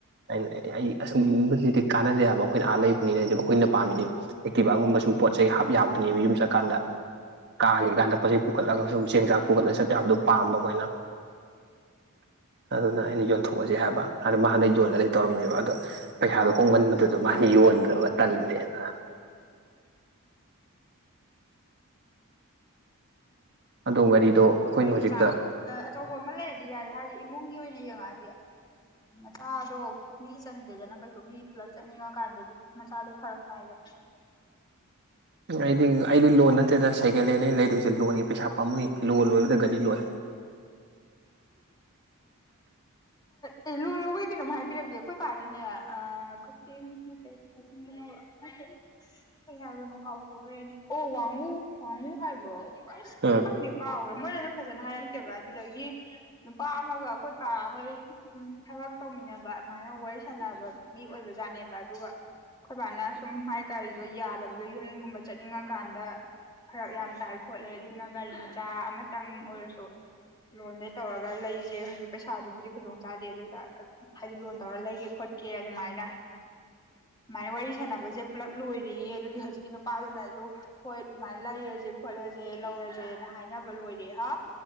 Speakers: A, on the right (about 50°); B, on the left (about 20°).
A: ꯑꯩꯅ ꯑꯩ ꯑꯒꯨꯝꯕꯁꯤꯗꯤ ꯀꯥꯟꯅꯖꯩ ꯍꯥꯏꯕ ꯑꯩꯈꯣꯏꯅ ꯑꯥ ꯂꯩꯕ ꯅ ꯑꯩꯈꯣꯏꯅ ꯄꯥꯝꯃꯤꯗꯤ ꯑꯦꯛꯇꯤꯚꯒꯨꯝꯕ ꯁꯨꯝ ꯄꯣꯠ ꯆꯩ ꯍꯥꯞ ꯌꯥꯕꯗꯨꯅꯦꯕ ꯌꯨꯝ ꯆꯠꯀꯥꯟꯗ ꯀꯥꯒ ꯏꯀꯥꯟꯗꯄꯠꯁꯤꯩ ꯄꯨꯈꯠꯂꯒ ꯁꯨꯝ ꯆꯦꯡ ꯆꯥꯛ ꯄꯨꯈꯠꯂꯒ ꯆꯠꯂꯦ ꯍꯥꯏꯕꯗꯣ ꯄꯥꯝꯕ ꯑꯩꯈꯣꯏꯅ <inaudible> ꯑꯗꯨꯅ ꯑꯩꯅ ꯌꯣꯟꯊꯣꯛꯑꯁꯦ ꯍꯥꯏꯕ ꯑꯗꯨꯗ ꯃꯥ ꯍꯅ ꯌꯣꯟꯒꯗꯤ ꯇꯧꯔꯝꯃꯦꯕ ꯑꯗꯣ ꯄꯩꯁꯥꯗꯣ ꯍꯣꯡꯃꯟꯕꯗꯨꯗ ꯃꯥ ꯃꯍꯩ ꯌꯣꯟꯗꯕ ꯇꯜꯂꯦꯅ ꯑꯗꯣ ꯒꯥꯔꯤꯗꯣ
B: ꯎ
A: ꯑꯩꯈꯣꯏꯅ
B: ꯎ ꯒꯥꯔꯤ
A: ꯍꯧꯖꯤꯛꯇ
B: ꯃꯆꯥ ꯑꯆꯧꯕ ꯑꯃ ꯂꯩꯔꯗꯤ ꯌꯥꯔꯦ ꯍꯥꯏꯗꯤ ꯏꯃꯨꯡꯒꯤ ꯑꯣꯏꯅ ꯌꯦꯡꯉꯛꯑꯗꯤ ꯃꯆꯥꯗꯣ ꯃꯤ ꯆꯟꯗꯦꯗꯅ ꯀꯩꯁꯨ ꯃꯤ ꯄꯨꯂꯞ ꯆꯠꯅꯤꯡꯉꯀꯥꯟꯗꯗꯤ ꯃꯆꯥꯗꯨꯣ ꯐꯔꯛ ꯇꯥꯏꯒ
A: ꯑꯩꯗꯤ ꯑꯩꯗꯤ ꯂꯣꯟ ꯅꯠꯇꯦꯗ ꯁꯦꯀꯦꯟ ꯍꯦꯟ ꯑꯩꯅ ꯂꯩꯗꯣꯏꯁꯦ ꯂꯣꯟꯒꯤ ꯄꯩꯁꯥ ꯄꯥꯝꯃꯨꯏ ꯂꯣ ꯂꯣꯏꯕꯗ ꯒꯥꯔꯤ ꯂꯣꯏ
B: ꯑꯦ ꯂꯣꯟ ꯂꯧꯕꯩ ꯀꯩꯅꯣꯝ ꯍꯥꯏꯕꯤꯔꯛꯒꯦ ꯑꯩꯈꯣꯏ ꯄꯥꯅꯅꯦ ꯀꯛꯆꯤꯡ ꯅꯠꯇꯦ ꯀꯆꯤꯡ ꯀꯩꯅ ꯀꯩ ꯍꯥꯏꯕꯅꯣ ꯀꯥꯎꯊꯣꯛꯈ꯭ꯔꯦꯅꯦ ꯑꯣ ꯋꯥꯡꯉꯨ ꯋꯥꯡꯉꯨ ꯍꯥꯏꯕ꯭ꯔꯣ ꯑꯁ
A: ꯎꯝ
B: ꯈꯪꯗꯦ ꯀꯥꯎꯈ꯭ꯔꯦ ꯃꯣꯏꯅꯁꯨ ꯐꯖꯅ ꯍꯥꯏꯔꯛꯇꯦꯕ ꯑꯗꯨꯗꯒꯤ ꯑꯗꯒꯤ ꯅꯨꯄꯥ ꯑꯃꯒ ꯑꯩꯈꯣꯏ ꯄꯥ ꯍꯣꯏ ꯎ ꯊꯕꯛ ꯇꯧꯃꯤꯟꯅꯕ ꯑꯗꯨꯃꯥꯏꯅ ꯋꯥꯔꯤ ꯁꯥꯟꯅꯕ ꯃꯤ ꯑꯣꯏꯕꯖꯥꯠꯅꯦꯕ ꯑꯗꯨꯒ ꯑꯩꯈꯣꯏꯕꯥꯅ ꯁꯨꯝ ꯍꯥꯏ ꯒꯥꯔꯤꯗꯣ ꯌꯥꯗꯕꯗꯣ ꯌꯨꯝꯒꯨꯝꯕ ꯆꯠꯅꯤꯡꯉꯀꯥꯟꯗ ꯐꯔꯛ ꯌꯥꯝ ꯇꯥꯏ ꯈꯣꯠꯂꯦ ꯑꯗꯨꯅ ꯒꯥꯔꯤ ꯃꯆꯥ ꯑꯃꯇꯪ ꯑꯣꯏꯔꯁꯨ ꯂꯣꯟꯗꯩ ꯇꯧꯔꯒ ꯂꯩꯁꯦ ꯍꯧꯖꯤꯛ ꯄꯩꯁꯥꯗꯨꯕꯨꯗꯤ ꯈꯨꯗꯣꯡ ꯆꯥꯗꯦ ꯑꯗꯨ ꯑꯣꯏꯇꯥꯔ ꯍꯥꯏꯗꯤ ꯂꯣꯟ ꯇꯧꯔꯒ ꯂꯩꯒꯦ ꯈꯣꯠꯀꯦ ꯑꯗꯨꯃꯥꯏꯅ
A: <inaudible>
B: ꯁꯨꯃꯥꯏ ꯋꯥꯔꯤ ꯁꯥꯟꯅꯕꯁꯦ ꯄꯨꯂꯞ ꯂꯣꯏꯔꯤꯌꯦ ꯑꯗꯨꯒꯤ ꯍꯧꯖꯤꯛꯀꯤ ꯅꯨꯄꯥꯗꯨꯅꯁꯨ ꯍꯣꯏ ꯁꯨꯃꯥꯏꯅ ꯂꯩꯔꯁꯦ ꯈꯣꯠꯂꯁꯤ ꯁꯦ ꯂꯧꯔꯁꯦꯅ ꯍꯥꯏꯅꯕ ꯂꯣꯏꯔꯦ ꯍꯥ